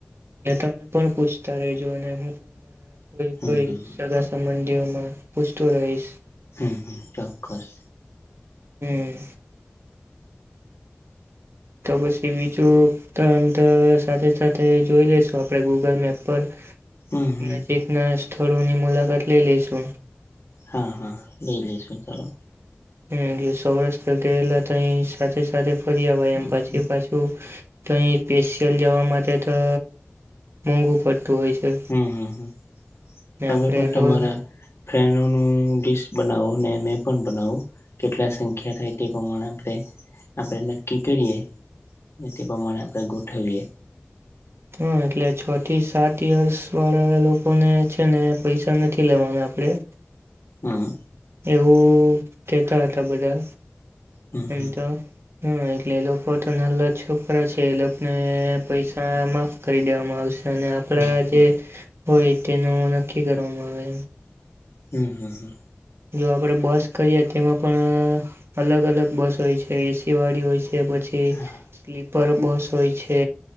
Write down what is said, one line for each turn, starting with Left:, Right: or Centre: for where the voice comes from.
Right: એટ તમે પણ પૂછતા રેજો અને હું પણ હોઈ
Left: હમ
Right: હોઈશ
Left: હમ
Right: સગા સંબંધીઓમાં પૂછતો રહીશ
Left: હમ્મ હમ્મ ચોક્કસ
Right: હમ્મ. તો પછી બીજું તો એમ તો સાથે સાથે જોઈ લેશું આપણે ગૂગલ મેપ પર
Left: હમ હમ
Right: નજીક ના સ્થળોની મુલાકાત લઈ લઈ લેશું
Left: હા હા લઈ લઈ લેશું ચાલો
Right: હમ્મ સૌરાષ્ટ્ર ગયેલા તો એ સાથે સાથે ફરીયાવાય
Left: હમ
Right: એમ પછી
Left: હમ
Right: પછી તો અહી સ્પેશિયલ જવા માટે તો મોંઘું પડતું હોય છે.
Left: હમ્મ હમ્મ હમ્મ
Right: ને
Left: તમે
Right: આપણે
Left: પણ તમારા
Right: રોજ
Left: ફેન્ડનોનુ ડીશ બનાવો ને મે પણ બનાવો કેટલા સંખ્યા થાય તે પ્રમાણે આપણે આપણે નક્કી કરીએ તે પ્રમાણે આપણેે ગોઠવીએ
Right: હા એટલે છ થી સાત યર્સ વાળા લોકોને છે ને પૈસા નથી લેવાના આપણેે
Left: હા.
Right: એવું કેતા હતા બધા
Left: હમ
Right: એમ તો હા એટલે એ લોકો તો નાલા છોકરા છે એ લોકોને પૈસા માં કરી દેવામાં આવશે અને આપણા
Left: હમ
Right: જે હોય તેનો નક્કી કરવામાં આવે.
Left: હમ્મ હમ્મ હમ્મ.
Right: જો આપણે બસ કરીએ તેમાં પણ અ અલગ અલગ બસ હોય છે એસી વાળી હોય છે પછી કે
Left: હા
Right: સ્લીપર બસ હોય છે